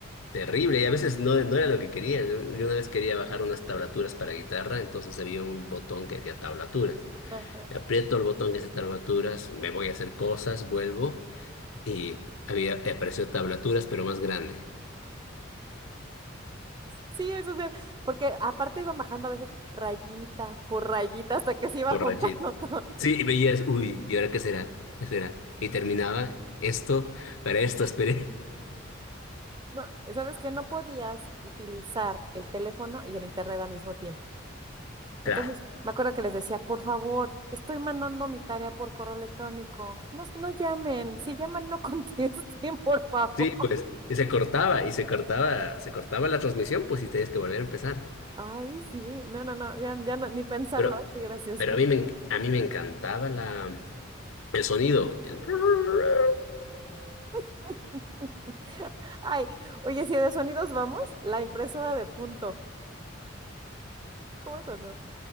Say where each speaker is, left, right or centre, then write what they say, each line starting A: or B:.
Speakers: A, on the left; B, on the right.
A: terrible y a veces no, no era lo que quería. Yo, yo una vez quería bajar unas tablaturas para guitarra, entonces había un botón que decía tablaturas.
B: Ajá.
A: Aprieto el botón que dice tablaturas, me voy a hacer cosas, vuelvo y había, apareció tablaturas, pero más grande.
B: Sí, eso sí, porque aparte iban bajando a veces rayita por rayita hasta que se iba
A: Entonces,
B: juntando <laughs> todo.
A: Sí, y veías, uy, ¿y ahora qué será? ¿Qué será? Y terminaba esto, para esto esperé.
B: No, ¿sabes qué? No podías utilizar el teléfono y el internet al mismo tiempo. Entonces,
A: <laughs> Tra.
B: me acuerdo que les decía, por favor, estoy mandando mi tarea por correo electrónico. No, no llamen, si llaman, no <laughs> contesten, por favor.
A: Sí, pues, y se cortaba, y se cortaba, se cortaba la transmisión, pues, y tenías que volver a empezar.
B: Ay, sí, no, no, no, ya, ya no, ni pensarlo,
A: Pero,
B: ay, qué gracioso.
A: pero a mí me, en- a mí me encantaba la, el sonido. el- <laughs>
B: <laughs> Ay, oye, si de sonidos vamos, la impresora de punto. ¿Cómo sonó?